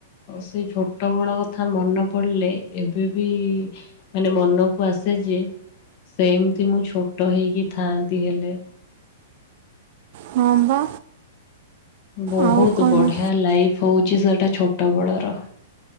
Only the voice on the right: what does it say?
ହଁ ବା।
ଆଉ କ'ଣ?